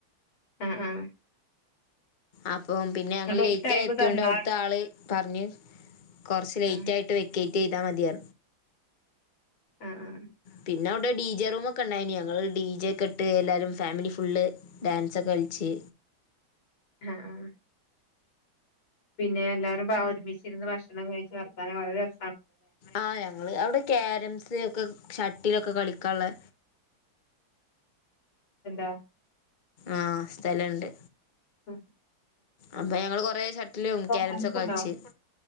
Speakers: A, on the left; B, on the left.
A: ഉം ഉം
B: അപ്പം പിന്നെ ഞങ്ങൾ
A: എന്നിട്ട്
B: ലേറ്റ്
A: ഓൽക്ക് ടൈം
B: ആയി എത്തിയോണ്ട്
A: തന്നാ
B: അവിടുത്തെ ആള് പറഞ്ഞു കുറച്ച് ലേറ്റ്
A: ആ
B: ആയിട്ട് വെക്കേറ്റ് ചെയ്താൽ മതിയ
A: ഉം ഉം
B: പിന്നെ അവിടെ ഡി ജെ റൂമൊക്കെ ഉണ്ടായിന് ഞങ്ങള് ഡി ജെ ഒക്കെ ഇട്ട് എല്ലാരും ഫാമിലി ഫുള്ള് ഡാൻസൊക്കെ കളിച്ച്
A: ആഹ് ആഹ് പിന്നെ എല്ലാരും പാ ഒരുമിച്ചിരുന്ന് ഭക്ഷണം കഴിച്ച് വർത്താനം പറഞ്ഞ് ര
B: ആഹ് ഞങ്ങള് അവിടെ കാരംസ് ഒക്കെ ഷട്ടിലൊക്കെ കളിക്കാനുള്ള
A: എന്താ
B: ആഹ് സ്ഥലണ്ട്
A: ഉ
B: അപ്പൊ ഞങ്ങള് കൊറെ ഷട്ടിലും കാരംസ്
A: തണുപ്പുണ്ടോ
B: ഒക്കെ കളിച്ച്